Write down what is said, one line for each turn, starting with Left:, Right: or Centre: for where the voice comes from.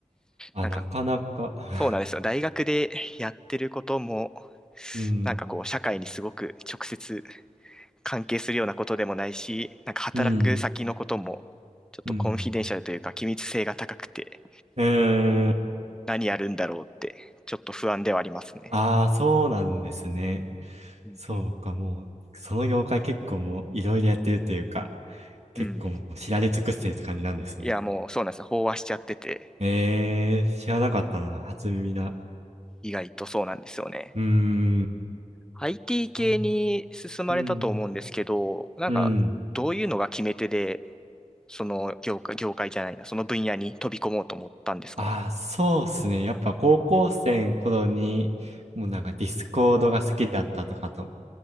Right: あ、
Centre: なんか
Right: なかなか <laughs>
Centre: そうなんですよ。大学でやってることも
Right: うん。
Centre: なんかこう社会にすごく直接関係するようなことでもないし、なんか働く先のこともちょっとコンフィデンシャルというか機密性が高くて
Right: うん。うん。うーん。
Centre: 何やるんだろうってちょっと不安ではありますね。
Right: ああ、そうなんですね。
Centre: うんうん。
Right: そうか、もう、その業界結構もういろいろやってるというか、結構もう知られ尽くしてるって感じなんですね。
Centre: うん。いやもうそうなんですね。飽和しちゃってて
Right: えー、知らなかったな、初耳だ。
Centre: 意外とそうなんですよね。
Right: うーん、
Centre: IT 系に進まれたと思うんですけど、
Right: そう、うん、
Centre: なんかどういうのが決め手で
Right: うん。
Centre: その業界、業界じゃないな、その分野に飛び込もうと思ったんですか
Right: ああ、そうっすね。やっぱ高校生の頃に、もうなんかディスコードが好きだったとかと、